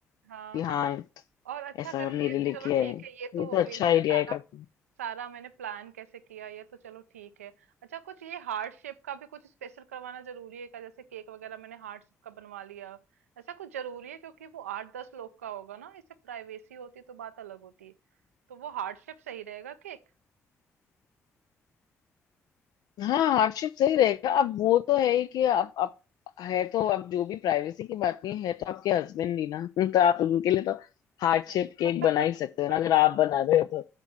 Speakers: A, on the right (about 85°); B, on the left (about 60°).
A: हाँ
B: कि
A: हाँ
B: हाँ
A: और अच्छा
B: ऐसा
A: कर
B: मेरे
A: ये
B: लिए
A: चलो
B: किया
A: ठीक
B: है
A: है ये तो
B: ये तो
A: हो
B: अच्छा
A: गई ना
B: आइडिया
A: कि सारा
B: है काफी
A: सारा मैंने प्लान कैसे किया ये तो चलो ठीक है अच्छा कुछ ये हार्ट शेप का भी कुछ स्पेशल करवाना जरूरी है क्या जैसे केक वगैरह मैंने हार्ट शेप का बनवा लिया ऐसा कुछ जरूरी है क्योंकि वो आठ दस लोग का होगा ना इससे प्राइवेसी होती तो बात अलग होती तो वो हार्ट शेप सही रहेगा केक
B: हाँ हार्डशिप सही रहेगा अब वो तो है ही कि आप आप है तो अब जो भी प्राइवेसी की बात नहीं है तो आपके हस्बैंड ही ना <laughs> तो आप उनके लिए तो हार्डशिप
A: हाँ
B: केक बना ही सकते हो ना
A: <laughs>
B: अगर आप बना रहे हो